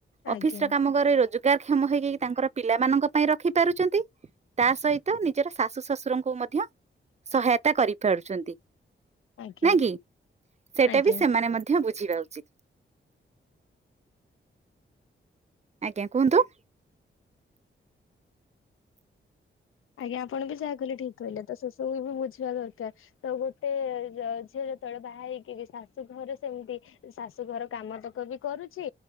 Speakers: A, on the right (about 35°); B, on the left (about 85°).
A: ଅଫିସ
B: ଆଜ୍ଞା
A: ର କାମ କରି ରୋଜଗାରକ୍ଷମ ହେଇକି ତାଙ୍କର ପିଲାମାନଙ୍କ ପାଇଁ ରଖି ପାରୁଛନ୍ତି ତା ସହିତ ନିଜର ଶାଶୁ ଶାଶୁ ଙ୍କୁ ମଧ୍ୟ ସହାୟତା କରି ପାରୁଛନ୍ତି।
B: ଆଜ୍ଞା
A: ନ କିି ସେଟା
B: ଆଜ୍ଞା
A: ବି ସେମାନେ ମଧ୍ୟ ବୁ ବୁଝିବା ଉଚିତ। ଆଜ୍ଞା କୁହନ୍ତୁ।
B: ଆଜ୍ଞା ଆପଣ ବି ଯାହା କହିଲେ ଠିକ କହିଲେ, ତ ସେ ସବୁ ବି ବୁଝିବା ଦରକାର, ତ ଗୋଟେ ଝିଅ ଯେତେବେଳେ ବାହା ହେଇକି ଶାଶୁ ଘରେ ସେମିତି ଶାଶୁ ଘର କାମ ତକ ବି କରୁଛି,